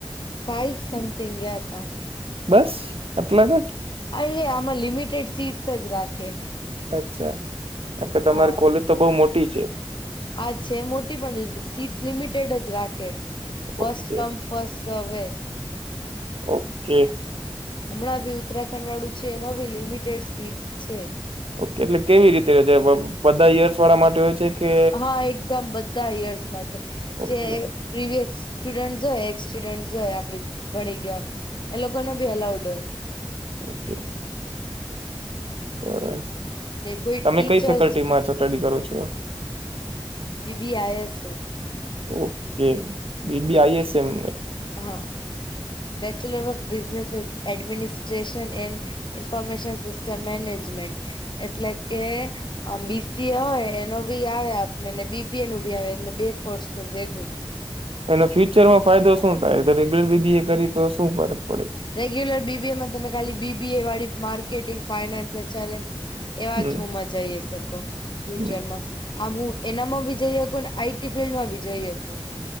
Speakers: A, on the left; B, on the right.
A: ફાઈવ સમથિંગ ગયા તા
B: બસ એટલા કે
A: એટલે આમાં લિમિટેડ સીટસ જ રાખે.
B: અચ્છા કાર કે તમારી
A: હા
B: કોલેજ તો બહુ મોટી છે.
A: હા છે મોટી પણ સીટસ લિમિટેડ જ રાખે
B: ઓકે
A: ફસ્ટ કમ ફસ્ટ હવે.
B: ઓકે.
A: હમણાં બી ઉત્તરાખંડ વાળું છે એમાં ભી લિમિટેડ સીટસ છે.
B: ઓકે એટલે કેવી રીતે છે બધા ઇયર્સ વાળા માટે હોય છે. કે
A: હા એકદમ બધા ઇયર્સ માટે
B: ઓકે
A: જે પ્રીવિયસ સ્ટુડન્ટ જોય એસ સ્ટુડન્ટ જોય આપડી ભણી ગયા. એ લોકો ને બી અલાઉડ હોય.
B: ઓકે.
A: હમ
B: સરસ
A: ને કોઈ
B: તમે
A: ટીચર્સ
B: કઈ ફેકલ્ટી માં સ્ટડી કરો છો.
A: B B IS.
B: Okay B B IS એમ
A: હા bachelor of business administration and information system management એટલે કે આમ બીસીએ હોય એનો ભી આવે આપણેને બીબી એ નું ભી આવે એટલે બે કોર્સ નું ભેગું
B: એનો ફ્યુચર માં ફાયદો શું થાય રેગ્યુલર બી બી એ કરીએ તો શું ફરક પડે
A: રેગ્યુલર બીબીએમાં તમે ખાલી બીબીએ વાળી માર્કેટિંગ ફાઈનાન્સ એચારે એમ એવા
B: હમ
A: જૂમાં જઈ શકો ફ્યુચરમાં
B: હમ,
A: આ હું એનામાં ભી જઈ હકું આઈટી ફિલ્ડ માં બી જઈ હકું